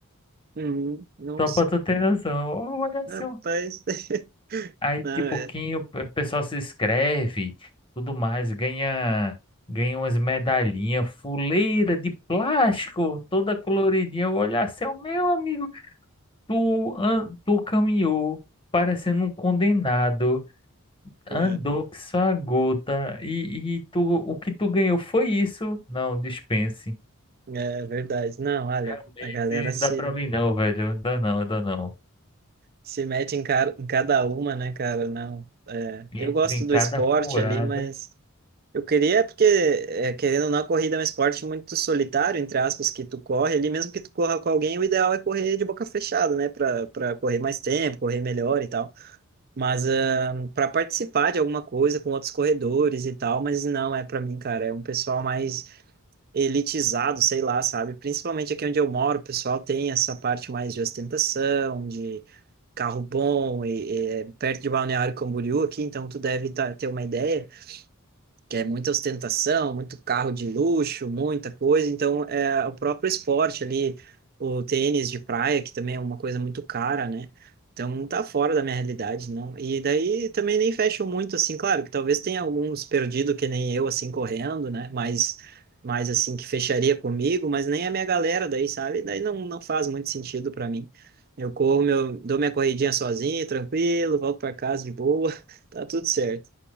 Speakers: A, on the right (about 45°); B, on the left (about 25°).
A: Uhum, nossa.
B: Só pra tu ter noção. Olha
A: Rapaz,
B: só,
A: <laughs>
B: Aí
A: não,
B: de pouquinho
A: é.
B: o pessoal se inscreve, tudo mais, ganha, ganha umas medalhinhas, fuleira de plástico, toda coloridinha. Eu olhar assim, "Ó, meu amigo, tu, an- tu caminhou parecendo um condenado,
A: É
B: andou que só a gota, e, e tu, o que tu ganhou foi isso? Não, dispense.
A: é verdade. Não, olha,
B: Realmente
A: a galera
B: não
A: se,
B: dá pra mim não, velho, não dá não, não dá não.
A: se mete em, cara, em cada uma, né, cara? Não, é,
B: Entre
A: eu gosto
B: em cada
A: do esporte
B: furada,
A: ali, mas eu queria, porque, é, querendo ou não, a corrida é um esporte muito solitário, entre aspas, que tu corre ali, mesmo que tu corra com alguém, o ideal é correr de boca fechada, né, para para correr mais tempo, correr melhor e tal. Mas para participar de alguma coisa com outros corredores e tal, mas não é para mim, cara. É um pessoal mais elitizado, sei lá, sabe? Principalmente aqui onde eu moro, o pessoal tem essa parte mais de ostentação, de carro bom, e, e é perto de Balneário Camboriú aqui, então tu deve tá- ter uma ideia que é muita ostentação, muito carro de luxo, muita coisa. Então, é, o próprio esporte ali, o tênis de praia, que também é uma coisa muito cara, né? Então, tá fora da minha realidade, não. E daí também nem fecham muito, assim, claro, que talvez tenha alguns perdido que nem eu, assim, correndo, né? Mas, mas assim, que fecharia comigo, mas nem a minha galera daí, sabe? Daí não, não faz muito sentido para mim. Eu corro, meu, dou minha corridinha sozinho, tranquilo, volto para casa de boa, <laughs> tá tudo certo